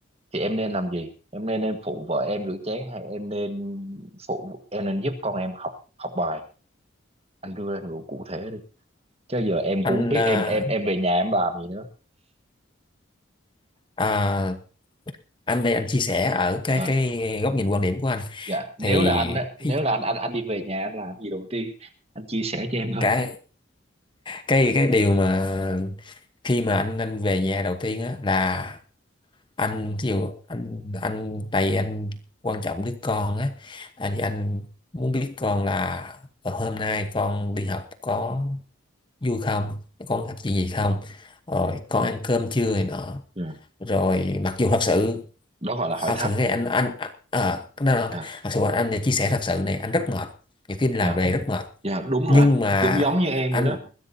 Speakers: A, on the right; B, on the left.
A: thì em nên làm gì em nên em phụ vợ em rửa chén hay em nên phụ em nên giúp con em học học bài anh đưa ra một cụ thể đi chứ giờ em
B: anh
A: cũng không biết
B: à,
A: em em em về nhà em làm gì nữa
B: à, anh đây anh chia sẻ ở cái
A: À,
B: cái góc nhìn quan điểm của anh
A: dạ nếu
B: thì
A: là anh á
B: cái
A: nếu là anh anh anh đi về nhà anh làm gì đầu tiên anh chia sẻ cho em thôi
B: cái cái cái điều mà khi mà anh anh về nhà đầu tiên á là anh ví dụ anh anh tại vì anh quan trọng đứa con á anh thì anh muốn biết con là ờ, hôm nay con đi học có vui không con gặp chuyện gì không rồi
A: Ừ,
B: con ăn cơm chưa này nọ
A: dạ
B: rồi mặc dù thật sự
A: đó gọi là
B: À,
A: hỏi thăm
B: thật sự này anh anh à à, cái đó là-
A: dạ
B: thật sự anh, anh chia sẻ thật sự này anh rất mệt nhiều khi làm
A: dạ
B: về rất mệt
A: dạ đúng
B: nhưng
A: rồi anh
B: mà
A: cũng giống như em
B: anh
A: vậy đó